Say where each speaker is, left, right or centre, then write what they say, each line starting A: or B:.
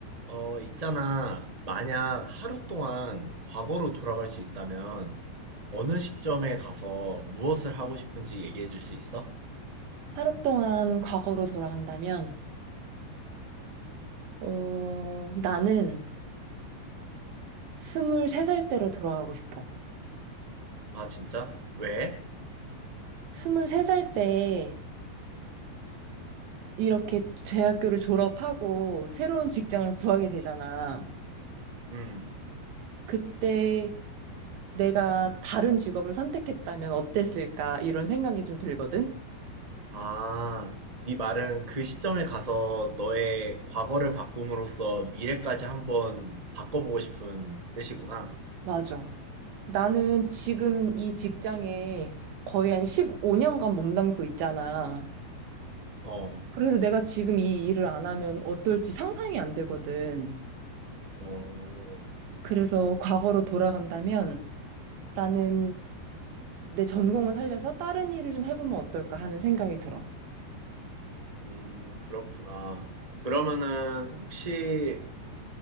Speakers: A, on the right (about 15°); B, on the right (about 85°).
A: 어, 있잖아. 만약 하루 동안 과거로 돌아갈 수 있다면 어느 시점에 가서 무엇을 하고 싶은지 얘기해 줄 수 있어?
B: 하루 동안 과거로 돌아간다면, 어, 나는 23살 때로 돌아가고 싶어.
A: 아, 진짜? 왜?
B: 23살 때 이렇게 대학교를 졸업하고 새로운 직장을 구하게 되잖아.
A: 음.
B: 그때 내가 다른 직업을 선택했다면 어땠을까? 이런 생각이 좀 들거든?
A: 아, 네 말은 그 시점에 가서 너의 과거를 바꿈으로써 미래까지 한번 바꿔보고 싶은 뜻이구나.
B: 맞아. 나는 지금 이 직장에 거의 한 15년간 몸담고 있잖아.
A: 어,
B: 그래서 내가 지금 이 일을 안 하면 어떨지 상상이 안 되거든.
A: 어,
B: 그래서 과거로 돌아간다면 나는 내 전공을 살려서 다른 일을 좀 해보면 어떨까 하는 생각이 들어.
A: 음, 그렇구나. 그러면은 혹시